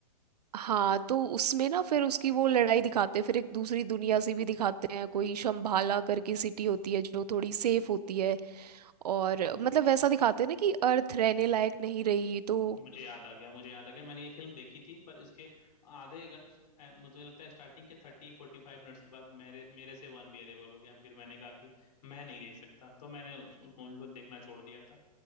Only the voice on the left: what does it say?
मुझे याद आ गया मुझे याद आ गया मैंने ये फिल्म देखी थी पर इसके आधे घंटे मुझे लगता है स्टार्टिंग के थर्टी फोर्टी फाइव मिनट्स के बाद मेरे मेरे से वन अरेबल हो गया फिर मैंने कहा कि मैं नहीं देख सकता तो मैंने उस, उस मूवी को देखना छोड़ दिया था